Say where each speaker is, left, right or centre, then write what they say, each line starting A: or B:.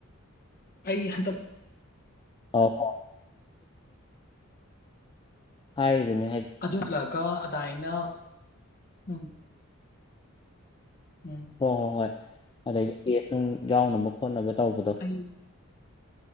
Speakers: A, on the left; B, on the left.
A: ꯑꯩ ꯍꯟꯗꯛ
B: ꯑꯣ ꯍꯥꯏꯖꯅꯦ
A: ꯑꯗꯨꯂꯒ ꯑꯗꯨꯃꯥꯏꯅ ꯎꯝ ꯎꯝ
B: ꯍꯣꯏ ꯍꯣꯏ ꯍꯣꯏ ꯑꯗꯩꯗꯤ ꯀꯦꯁ ꯑꯗꯨꯝ ꯌꯥꯎꯅꯕ ꯈꯣꯠꯅꯕ ꯇꯧꯕꯗꯣ
A: ꯑꯩ